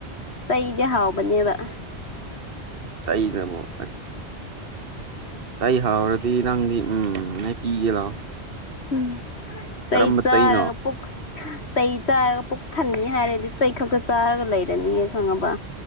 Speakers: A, on the left; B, on the right.
A: ꯆꯩꯗꯤ ꯍꯥꯎꯕꯅꯦꯕ
B: ꯆꯩꯅꯕꯨ ꯑꯁ ꯆꯩ ꯍꯥꯎꯔꯗꯤ ꯅꯪꯗꯤ ꯎꯝ ꯃ ꯄꯤꯒꯦ ꯂꯥꯎ
A: ꯎꯝ ꯆꯩꯩ
B: ꯀꯔꯝꯕ
A: ꯆꯥꯔꯒ
B: ꯆꯩꯅꯣ
A: ꯄꯨꯛ ꯆꯩ ꯆꯥꯔꯒ ꯄꯨꯛ ꯊꯟꯅꯤ ꯍꯥꯏꯔꯗꯤ ꯆꯩ ꯈꯛꯇ ꯆꯥꯔꯒ ꯂꯩꯔꯅꯤꯌꯦ ꯈꯪꯉꯕ